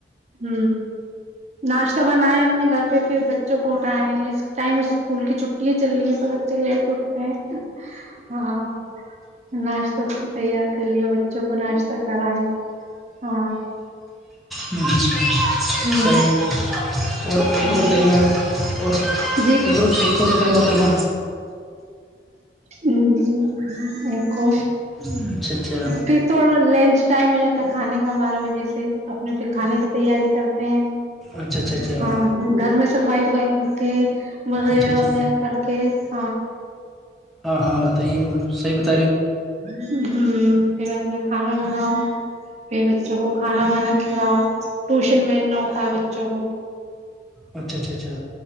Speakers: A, on the right; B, in the centre.
A: ہ ناشتہ بنائے اپنے گھر پہ پھر ب چوں کو اٹھائے اس ٹائم اسکول کی چھٹیاں چل رہی ہیں تو بچے لیٹ اٹھ رہے ہیں ہاں ناشہ ک لیا بچوں کو ناشہ کر ہاں
B: ہوں ہوں
A: ہ
B: صحیح ہے اور ایک
A: ہاں
B: اور بتائیے میڈم اور
A: ج
B: ایک اور ایک اور بتائیے محترمہ
A: ہ ایک <unintelligible>
B: اچھا اچھا
A: پھر تھوڑا لنچ ٹائم ہو جاتا کھانے کا <unintelligible> بارہ بجے سے <unintelligible> اپنے پھر کھانے کی تیاری کر <unintelligible> پ
B: اچھا اچھا
A: <inaudible>
B: اچھا
A: ہاں گھر میں صفائی وفائی کر کے وغیرہ
B: اچھا اچھا
A: وغیرہ کر کے <unintelligible>
B: ہاں ہاں بتائیے سیحت <unintelligible>
A: ہاں پھر اپنا کھانا بناؤ پھر بچوں کو کھانا وانا کلاؤ ٹیوشن بھیجنا ہوتا ہے بچوں کو
B: اچھا اچھا اچھا